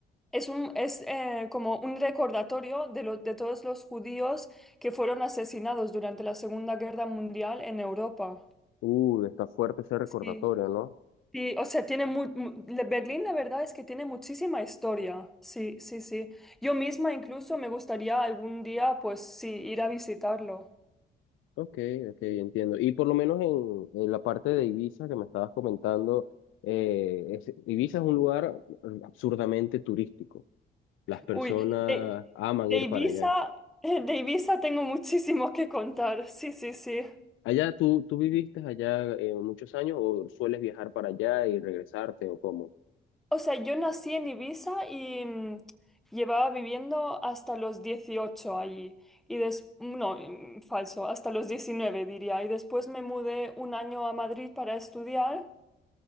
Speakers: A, in the centre; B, on the left (about 80°).
A: es un, es eh, como un recordatorio de, lo- de todos los judíos que fueron asesinados durante la Segunda Guerra Mundial en Europa.
B: Uh, está fuerte ese recordatorio,
A: Sí. Sí, o sea, tiene mu mu- la- Berlín, la verdad es que tiene muchísima historia. Sí, sí, sí. Yo misma incluso me gustaría algún día, pues sí, ir a visitarlo.
B: Ok, ok, entiendo. Y por lo menos en, en la parte de Ibiza que me estabas comentando, eh, es- Ibiza es un lugar absurdamente turístico. Las personas
A: Uy, de,
B: aman
A: de
B: ir
A: Ibiza,
B: para allá.
A: <laughs> de Ibiza tengo muchísimo que contar. Sí, sí, sí.
B: Allá, ¿tú, tú viviste allá eh, muchos años o sueles viajar para allá y regresarte o cómo?
A: O sea, yo nací en Ibiza y mm, llevaba viviendo hasta los 18 allí. Y des no, mm, falso, hasta los 19 diría. Y después me mudé un año a Madrid para estudiar.